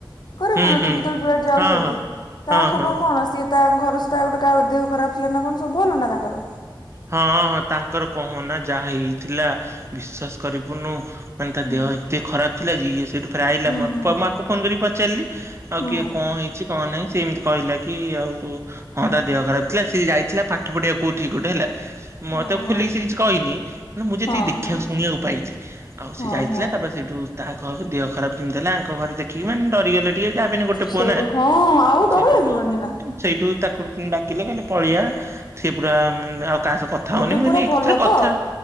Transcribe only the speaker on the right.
ହୁଁ
ହୁଁ।
ହଁ
ହଁ ହଁ
ହଁ
ହଁ ହଁ ତାଙ୍କର କହନା ଯାହା ହେଇଥିଲା ବିଶ୍ଵାସ କରିବୁନୁ। ମାନେ ତା
ଦେହ ଏତେ ଖରାପ। ଥିଲା ଯେ ଇଏ ସେଇ ଥରେ ଆଇଲ
ମତେ
<unintelligible> ମୁଁ ଆକୁ ଫୋନ କରିିବ ପ ଚଲି ଆଉ
କିଏ କଣ ହେଇଚି କଣ ନାଇ‌ଁ। ସେ ଏମିତି କହିଲା କି ଆଉ ହଁ ତା ଦେହ ଖରାପ ଥିଲା ସେ ଯାଇଥିଲା ପାଠ ପଢିବା କୁ କୋଉଠି ଗୋଟେ ହେଲା। ମତେ
ଖୋଲିକି ସେ କିଛି କହିନି ମ ମୁଁ ଯେତିକି
ଦେଖିବାକୁ
ଶୁଣିବାକୁ ପାଇଲି ଆଉ
ସେ ଯାଇଥିଲା
ତାପରେ ସେଇଠୁ ତାହା ଖରକୁ ଦେହ ଖରାପ ଯେମିତି ହେଲା ଆଙ୍କ ଘରେ ଦେଖିକି ମାନେ ଡରିଗଲେ। ଠିକ ଅଛି ଯାହାବି ହେଲେ ଗୋଟେ ପୁଅ
ନା
ସେଇଠୁ
ସେଇଠୁ ତା ଡାକିଲେ କହିଲେ ପଳିଆ ସେ ପୁରା ଆଉ ତା ସହ କଥା ହୋଅନି
ମୁଁ କହିନି
ଏଥିରେ
କଥା